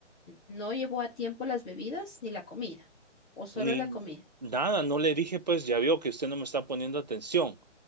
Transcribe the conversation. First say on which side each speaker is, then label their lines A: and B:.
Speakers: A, in the centre; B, on the right (about 35°).
A: no llevó a tiempo las bebidas ni la comida, o solo
B: Ni
A: la comida.
B: nada, no le dije, pues ya vio que usted no me está poniendo atención.